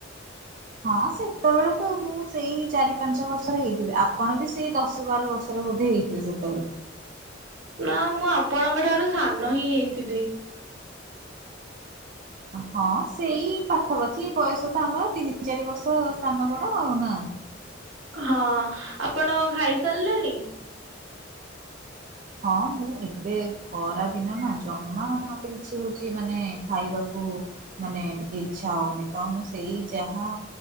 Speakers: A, on the right; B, on the right.
A: ହଁ ସେ ସେତେବେଳେ ତ ମୁଁ ସେଇ ଚାରି ପାଞ୍ଚ ବର୍ଷର ହେଇଥିବି ଆପଣ ବି ସେଇ ଦଶ ବାର ବର୍ଷର ବୋଧେ ହେଇଥିବେ ସେତେବେଳେ।
B: ନା ମୁଁ ଆପଣଙ୍କ ଠାରୁ ସାନ ହିଁ ହେଇଥିବି।
A: ହଁ ସେଇ ପାଖାପାଖି ବୟସ ତ ଆମର ତିନି ଚାରି ବର୍ଷ ସାନ ବଡ ଆଉ ନା।
B: ହଁ ଆପଣ ଖାଇସାରିଲେଣି।
A: ହଁ ମୁଁ ଏବେ ଖରା ଦିନ ନା ଜମା ମାନେ ମତେ କିଛି ହଉଛି ମାନେ ଖାଇବାକୁ ମାନେ ଟିକେ ଇଛା ହଉନି ତ ମୁଁ ସେଇ ଯାହା